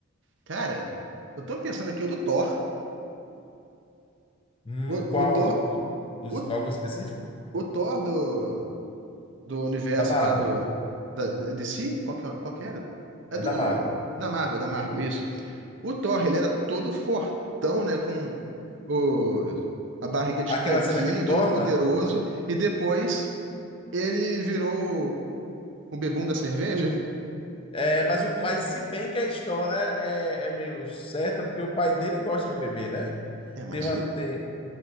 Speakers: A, on the right; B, on the left.
A: Cara, eu tô pensando aqui o do Thor.
B: Hum,
A: O,
B: qual?
A: o Thor,
B: do- do- os-
A: o,
B: algum específico?
A: o Thor do, do universo
B: Da Marvel.
A: lá do. Da, da- DC? Qual que, é- qual que era? É
B: É
A: do.
B: da Marvel.
A: Da Marvel, da Marvel, isso. O Thor, ele era todo fortão, né? com o, a barriga de
B: Aquela
A: tanquinho,
B: cena que ele engorda?
A: todo poderoso, e depois ele virou o bebum da cerveja?
B: É, mas, o- mas se bem que a história é, é meio certa, porque o pai dele gosta de beber, né?
A: É, mas
B: Tem uma,
A: o.
B: tem,